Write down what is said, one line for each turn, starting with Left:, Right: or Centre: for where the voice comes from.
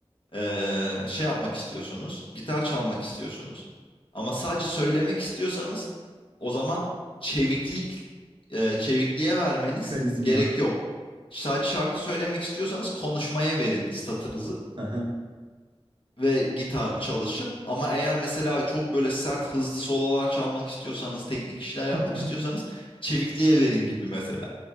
Left: eee, şey yapmak istiyorsunuz, gitar çalmak istiyorsunuz. Ama sadece söylemek istiyorsanız o zaman çeviklik, eee, çevikliğe vermeniz
Right: Karizma.
Left: gerek yok. Sadece şarkı söylemek istiyorsanız konuşmaya verin statınızı
Right: Aha.
Left: ve gitar çalışın. Ama eğer mesela çok böyle sert, hızlı sololar çalmak istiyorsanız, teknik işler yapmak
Right: <laughs>
Left: istiyorsanız çevikliğe verin gibi mesela.